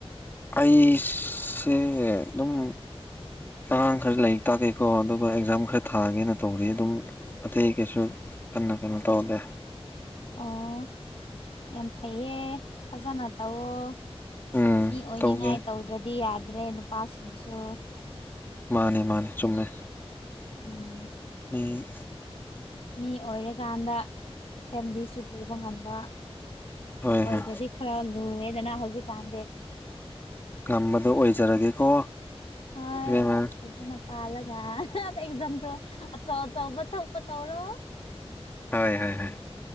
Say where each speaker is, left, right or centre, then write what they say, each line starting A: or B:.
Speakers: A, on the left; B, on the left.
A: ꯑꯩꯁꯦ ꯑꯗꯨꯝ ꯑꯉꯥꯡ ꯈꯔ ꯂꯥꯏꯔꯤꯛ ꯇꯥꯛꯀꯦꯀꯣ ꯑꯗꯨꯒ ꯑꯦꯛꯖꯥꯝ ꯈꯔ ꯊꯥꯒꯦꯅ ꯇꯧꯔꯤ ꯑꯗꯨꯝ ꯑꯇꯩ ꯀꯩꯁꯨ ꯀꯟꯅ ꯀꯩꯅꯣ ꯇꯧꯗꯦ
B: ꯑꯣ ꯌꯥꯝ ꯐꯩꯌꯦ ꯐꯖꯅ ꯇꯧꯑꯣ
A: ꯎꯝ
B: ꯃꯤ ꯑꯣꯏꯅꯤꯡꯉꯥꯏ
A: ꯇꯧꯒꯦ
B: ꯇꯧꯗ꯭ꯔꯗꯤ ꯌꯥꯗ꯭ꯔꯦ ꯅꯨꯄꯥꯁꯤꯡꯁꯨ
A: ꯃꯥꯅꯤ ꯃꯥꯅꯤ ꯆꯨꯝꯃꯦ
B: ꯎꯝ
A: ꯃꯤ
B: ꯃꯤ ꯑꯣꯏꯔꯀꯥꯟꯗ ꯐꯦꯃꯤꯂꯤꯁꯨ ꯄꯨꯕ ꯉꯝꯕ
A: ꯍꯣꯏ
B: ꯑꯣꯏꯔꯗꯤ
A: ꯍꯣꯏ
B: ꯈꯔ ꯂꯨꯔꯦꯗꯅ ꯍꯧꯖꯤꯛ ꯀꯥꯟꯗꯤ
A: ꯉꯝꯕꯗꯣ ꯑꯣꯏꯖꯔꯒꯦꯀꯣ
B: ꯍꯣꯏ
A: ꯏꯕꯦꯝꯃ
B: ꯐꯖꯅ ꯄꯥꯜꯂꯒ ꯑꯦꯛꯖꯥꯝꯁꯨ ꯑꯆꯧ ꯑꯆꯧꯕ ꯊꯣꯛꯄ ꯇꯧꯔꯣ
A: ꯍꯣꯏ ꯍꯣꯏ ꯍꯣꯏ